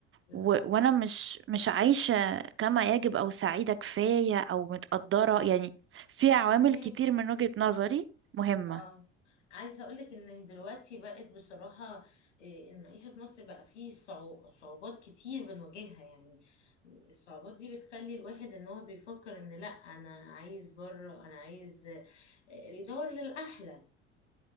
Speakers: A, on the left; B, on the right.
A: بالظبط
B: و... وانا مش مش عايشة كما يجب او سعيدة كفاية او متقدرة يعني في عوامل
A: فهماكي
B: كتير من وجهة نظري مهمة
A: اه عايزة اقولك ان دلوقتي بقت بصراحة إيه، المعيشة في مصر بقى فيه صعو- صعوبات كتير بنواجهها يعني الصعوبات دي بتخلي الواحد ان هو بيفكر ان لا انا عايز بره انا عايز إيه، بيدور للأحلى